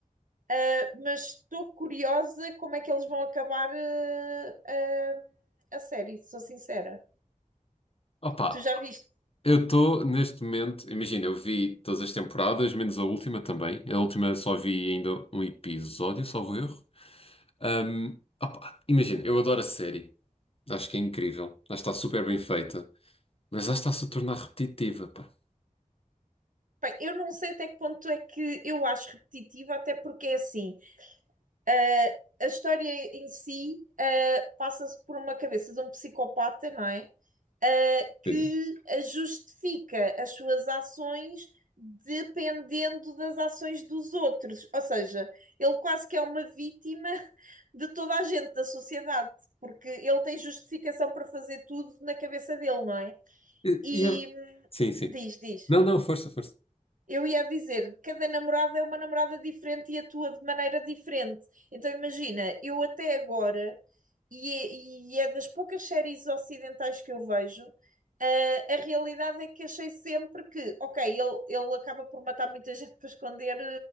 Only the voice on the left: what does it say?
Opa,
eu estou neste momento, imagina, eu vi todas as temporadas, menos a última também. A última só vi ainda um episódio, salvo erro. Ahm, opa, imagina, eu adoro a série. Acho que é incrível. Acho que está super bem feita. Mas acho que está-se a tornar repetitiva, pá.
Sim.
E,
é, Sim, sim.
Não, não, força, força.